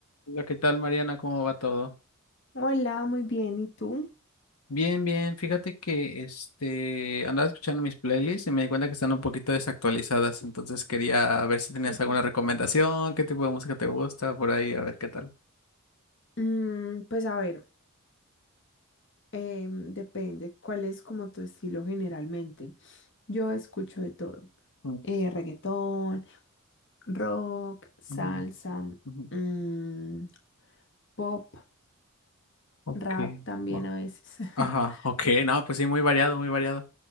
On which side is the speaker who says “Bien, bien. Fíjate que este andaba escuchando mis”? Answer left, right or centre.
Left